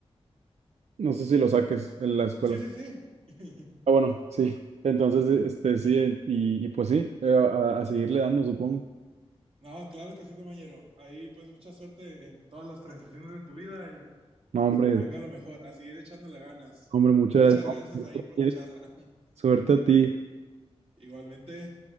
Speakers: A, on the right; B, on the right.
A: no sé si lo saques en la escuela.
B: Sí, sí, sí. <laughs>
A: Ah, bueno, sí. Entonces, este, sí, en- y, y pues sí, eh, a, a seguirle dando, supongo.
B: No, claro que sí, compañero. Ahí pues mucha suerte en todas las transiciones de tu vida y, y
A: No,
B: pues
A: hombre,
B: que se venga lo mejor, a seguir echándole ganas.
A: hombre, muchas
B: Muchas
A: gracias.
B: gracias ahí por
A: <laughs>
B: la charla. <laughs>
A: Suerte a ti.
B: Igualmente.